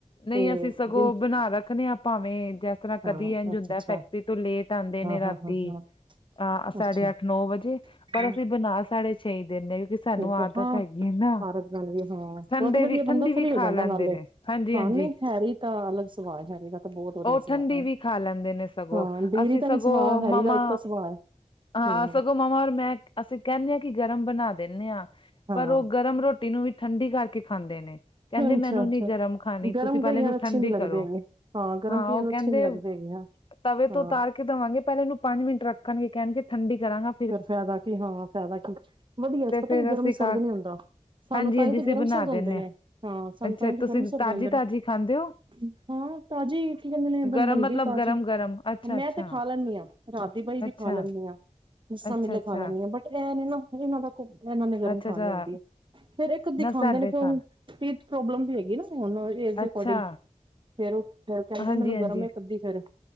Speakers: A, on the left; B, on the right.
A: ਨਹੀਂ
B: ਤੇ
A: ਅਸੀਂ ਸਗੋਂ
B: ਜ
A: ਬਣਾ ਰੱਖਣੇ ਹਾਂ ਭਾਵੇਂ ਜੈ ਸ। ਇਸ ਤਰ੍ਹਾਂ ਕਦੀ
B: ਹਾਂ
A: ਇੰਝ
B: ਅੱਛਾ
A: ਹੁੰਦਾ
B: ਅੱਛਾ
A: ਫੈਕਟਰੀ ਤੋਂ ਲੇਟ ਆਉਂਦੇ
B: ਹਾਂ
A: ਨੇ ਰਾਤੀ
B: ਹਾਂ ਹਾਂ ਹਾਂ
A: ਅਹ ਸਾਢੇ
B: ਅੱਛਾ
A: ਅੱਠ ਨੌ ਵਜੇ ਪਰ
B: ਹਾਂ
A: ਅਸੀਂ ਬਣਾ ਸਾਡੇ ਛੇ ਦਿੰਦੇ ਹਾਂ ਕਿਉਂਕਿ ਸਾਨੂੰ
B: ਠੀਕ
A: ਆਦਤ
B: ਹੈ ਹਾਂ
A: ਹੈਗੀ ਨਾ
B: ਭਾਰਤ ਬਣ ਵੀ ਹਾਂ
A: ਠੰਡੇ
B: ਬਹੁਤ ਵਧੀਆ
A: ਵੀ
B: ਬੰਦਾ
A: ਠੰਡੀ ਵੀ
B: ਫਰੀ
A: ਖਾ
B: ਹੋ ਜਾਂਦਾ
A: ਲੈਂਦੇ
B: ਨਾਲੇ
A: ਨੇ ਹਾਂਜੀ-ਹਾਂਜੀ।
B: ਹਾਂ ਨਹੀਂ ਹੈਰੀ ਤਾਂ ਅਲੱਗ ਸੁਭਾਅ ਹੈਰੀ ਦਾ ਤਾਂ ਬਹੁਤ ਵਧੀਆ
A: ਉਹਠੰਡੀ
B: ਸੁਭਾਅ ਹੈ
A: ਵੀ ਖਾ ਲੈਂਦੇ ਨੇ ਸਗੋਂ
B: ਹਾਂ ਦੇਰੀ
A: ਅਸੀਂ
B: ਦਾ
A: ਸਗੋਂ
B: ਵੀ ਸੁਭਾਅ ਹੈਰੀ
A: ਮਾਮਾ
B: ਦਾ ਇੱਕੋ ਸੁਭਾਅ ਹੈ
A: ਹਾਂ
B: ਹਮ
A: ਆ ਸਗੋਂ। ਮਾਮਾ ਔਰ ਮੈਂ ਅਸੀਂ ਕਹਿੰਦੇ ਹਾਂ ਕਿ ਗਰਮ ਬਣਾ ਦਿੰਦੇ ਹਾਂ
B: ਹਾਂ
A: ਪਰ ਉਹ ਗਰਮ ਰੋਟੀ ਟੀ ਨੂੰ ਵੀ ਠੰਡੀ ਕਰਕੇ ਖਾਂਦੇ ਨੇ। ਕੈਂਦੇ
B: ਅੱਛਾ
A: ਮੈਨੂੰ
B: ਅੱਛਾ
A: ਨੀ ਗਰਮ ਖਾਣੀ
B: ਗਰਮ
A: ਤੁਸੀਂ ਪੈਲੇ
B: ਕਈਆਂ
A: ਇਹਨੂੰ
B: ਨੂੰ ਅੱਛੇ
A: ਠੰਡੀ
B: ਨੀ ਲੱਗਦੇ
A: ਕਰੋ
B: ਹੈਗੇ ਗਰਮ
A: ਹਾਂ
B: ਕਈਆਂ
A: ਉਹ
B: ਨੂੰ
A: ਕੈਂਦੇ
B: ਅੱਛੇ ਨੀ ਲੱਗਦੇ ਹੈਗੇ ਹਾਂ
A: ਤਵੇ
B: ਹਾਂ
A: ਤੋਂ ਤਾਰ ਕੇ ਦੇਵਾਂਗੇ ਪਹਿਲਾਂ ਇਹਨੂੰ ਪੰਜ ਮਿੰਟ ਰੱਖਣਗੇ ਕਹਿਣਗੇ ਠੰਡੀ ਕਰਾਂਗਾ
B: ਫਿਰ ਫਾਇਦਾ ਕੀ ਹਾਂ ਫਾਇਦਾ ਕੀ ਵਧੀਆ
A: ਤੇ
B: ਪਤਾ
A: ਫੇਰ
B: ਕੀ ਗਰਮ
A: ਅਸੀਂ
B: ਸਰਦ
A: ਕ
B: ਨੀ ਹੁੰਦਾ। ਸਾਨੂੰ
A: ਹਾਂਜੀ
B: ਤਾਂਹੀ
A: ਹਾਂਜੀ
B: ਤੇ
A: ਅਸੀਂ
B: ਗਰਮ
A: ਬਣਾ
B: ਸਰਦ
A: ਦਿੰਦੇ
B: ਹੁੰਦੇ ਨੇ
A: ਹਾਂ
B: ਹਾਂ ਸਾਨੂੰ
A: ਅੱਛਾ
B: ਤਾਂਹੀ ਤੇ
A: ਤੁਸੀਂ
B: ਗਰਮਸੁਰ
A: ਤਾਜ਼ੀ
B: ਰਹਿੰਦੇ
A: ਤਾਜ਼ੀ
B: ਨੇ।
A: ਖਾਂਦੇ ਹੋ
B: ਹਾਂ ਤਾਜ਼ੀ ਕੀ ਕਹਿੰਦੇ ਨੇ
A: ਗਰਮ
B: ਬਣਦੀ
A: ਮਤਲਬ
B: ਤਾਜ਼ੀ
A: ਗਰਮ ਗਰਮ ਅੱਛਾ
B: ਮੈਂ
A: ਅੱਛਾ
B: ਤੇ ਖਾ ਲੈਂਦੀ ਹਾਂ ਰਾਤ ਦੀ ਬ‌ਈ ਵੀ
A: ਅੱਛਾ
B: ਖਾ ਲੈਂਨੀ ਆ, ਜਸ਼ਾ
A: ਅੱਛਾ
B: ਮਿਲੇ
A: ਅੱਛਾ
B: ਖਾ ਲੈਂਨੀ ਆ। ਬਟ ਇਹ ਨੇ ਨਾ, ਉਹਨਾਂ ਦਾ ਇਹਨਾਂ ਨੇ ਗਰਮ
A: ਅੱਛਾ
B: ਖਾਣੀ
A: ਅੱਛਾ
B: ਹੁੰਦੀ ਹੈ ਫੇਰ ਇੱਕ ਅੱਧੀ
A: ਨਾ
B: ਖਾਂਦੇ
A: ਸਾਡੇ
B: ਨੇ
A: ਘਰ
B: ਪ੍ਰੋਬਲਮ ਵੀ ਹੈਗੀ ਨਾ ਹੁਣ ਇਸ ਦੇ
A: ਅੱਛਾ
B: ਅਕੋਰਡਿੰਗ ਫੇਰ ਉਹ ਫ ਕਹਿੰਦੇ
A: ਹਾਂਜੀ
B: ਮੈਨੂੰ
A: ਹਾਂਜੀ
B: ਗਰਮ ਏ ਕੱਧਦੀ ਫਰ